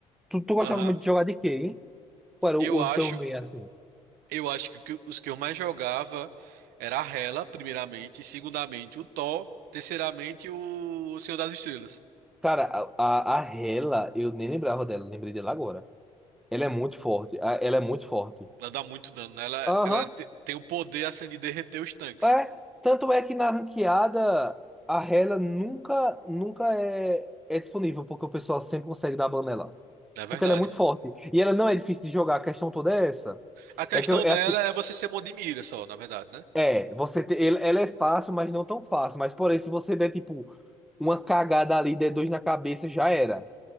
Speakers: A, in the centre; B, on the right (about 80°).
A: Tu, tu gostava
B: Aham.
A: muito de jogar de quê, hein? Qual era
B: Eu
A: o uso
B: acho.
A: teu meio assim?
B: Eu acho que o que- os que eu mais jogava era a Hela, primeiramente, e segundamente o Thor, terceiramente o Senhor das Estrelas.
A: Cara, a, a, a Hela, eu nem lembrava dela, lembrei dela agora. Ela é muito forte, a- ela é muito forte.
B: Ela dá muito dano, né? Ela,
A: Aham,
B: ela te- tem o poder assim de derreter os tanques,
A: é. Tanto é que na ranqueada, a Hela nunca, nunca é, é disponível, porque o pessoal sempre consegue dar ban nela.
B: na verdade.
A: Porque ela é muito forte. E ela não é difícil de jogar, a questão toda é essa.
B: A questão
A: É que eu- é,
B: dela
A: que,
B: é você ser mão de mira só, na verdade, né?
A: é você te- ele- ela é fácil, mas não tão fácil. Mas porém, se você der tipo uma cagada ali, der dois na cabeça, já era.